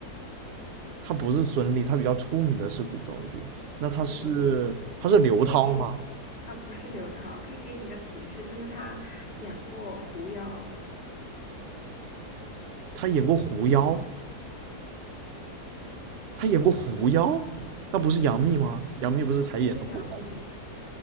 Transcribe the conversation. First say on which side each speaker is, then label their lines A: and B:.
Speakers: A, on the right; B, on the left.
A: 他不是孙俪，他比较出名的是古装剧。那他是他是刘涛吗？
B: 对。可以给他不是刘涛，可以给你个提示，就是他演过狐妖，
A: 他演过《狐妖》，他演过狐妖，那不是杨幂吗？杨幂不是才演了狐妖吗？
B: 不是杨幂。